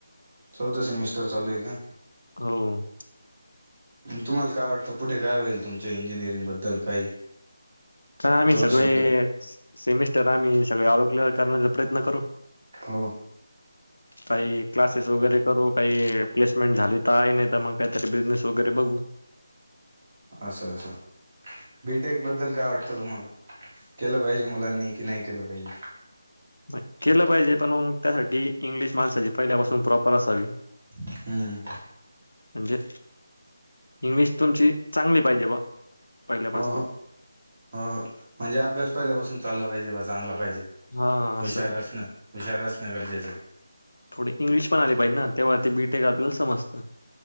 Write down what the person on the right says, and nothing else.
चौदा सेमिस्टर चालू आहे काय
म तुम्हाला काय वाटतं पुढे काय होईल तुमच्या इंजिनिअरिंगबद्दल काही
दोन
शब्द
हो
असं असं बी टेक बद्दल काय वाटतं तुम्हाला केलं पाहिजे मुलांनी कि नाही केलं पाहिजे
हम्म म्
हो हो हो हो म्हणजे अभ्यास पहिल्यापासून चालू पाहिजे बा चांगला पाहिजे बा
हुशार असण हुशार असण गरजेचे आहे